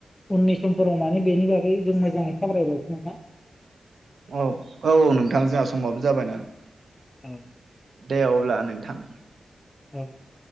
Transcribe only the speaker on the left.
उननि समफोराव माने बेनि बागै जों मोजाङै सावरायबावगोन नोंथां।
औ।
औ दे